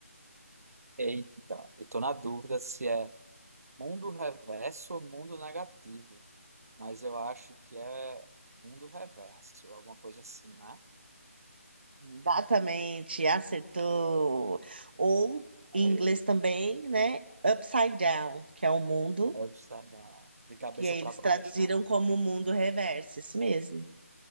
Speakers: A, on the right (about 80°); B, on the right (about 40°).
A: Eita, eu tô na dúvida se é mundo reverso ou mundo negativo, mas eu acho que é mundo reverso, alguma coisa assim, né?
B: Exatamente, acertou. Ou,
A: Aí
B: em inglês também, né? Upside Down, que é o mundo,
A: eu estar na- de cabeça
B: que aí
A: para
B: eles
A: baixo,
B: traduziram
A: né?
B: como o mundo reverso, isso mesmo.